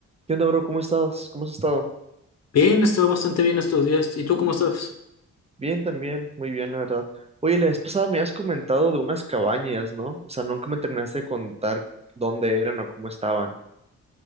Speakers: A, on the right; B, on the left.
A: ¿Qué onda, bro? ¿Cómo estás? ¿Cómo has estado?
B: Bien, he estado bastante bien estos días. ¿Y tú cómo estás?
A: Bien, también, muy bien, la verdad. Oye, la vez pasada me has comentado de unas cabañas, ¿no? O sea, nunca me terminaste de contar dónde eran o cómo estaban.